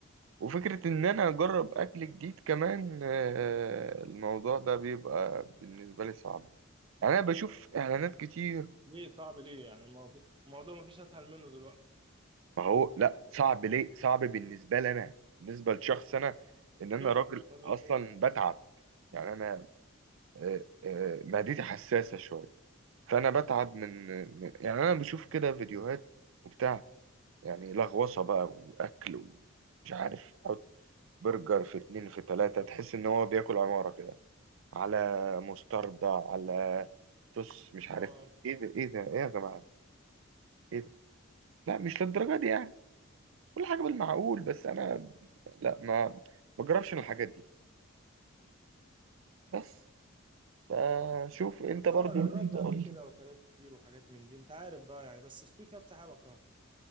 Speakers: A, on the right (about 70°); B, on the right (about 25°).
A: وفكره ان انا اجرب اكل جديد كمان آه، الموضوع ده بيبقى بالنسبه لي صعب يعني انا بشوف اعلانات كتير
B: ليه صعب ليه يعني الموضوع الموضوع مفيش اسهل منه دلوقتي
A: ما هو لا صعب ليه صعب بالنسبه لي انا بالنسبه لشخص انا ان انا
B: شغلك
A: راجل
B: نازل
A: اصلا
B: شغل
A: بتعب يعني انا آه، آه، معدتي حساسه شويه فانا بتعب من من- يعني انا بشوف كده فيديوهات وبتاع يعني لغوصة بقى وأكل ومش عارف حط برجر في اتنين في تلاتة تحس إن هو بياكل عمارة كده على مستردة على صوص مش
B: اه
A: عارف إيه إيه ده إيه ده إيه يا جماعة إيه ده لا مش للدرجة دي يعني كل حاجة بالمعقول بس أنا لا ما بجربش الحاجات دي بس فشوف أنت برضو
B: اه جربت
A: تقول
B: قبل كده اكلات كتير وحاجات من دي انت عارف بقى يعني بس السوشي اكتر حاجة بكرهها